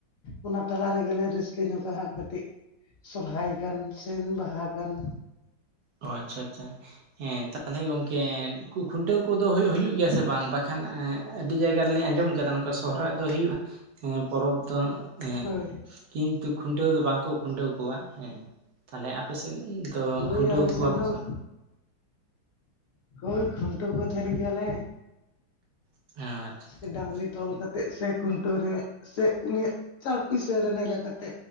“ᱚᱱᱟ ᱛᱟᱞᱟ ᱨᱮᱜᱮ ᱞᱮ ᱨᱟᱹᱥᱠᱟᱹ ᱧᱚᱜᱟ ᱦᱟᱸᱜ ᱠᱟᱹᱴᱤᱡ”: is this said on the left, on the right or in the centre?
Left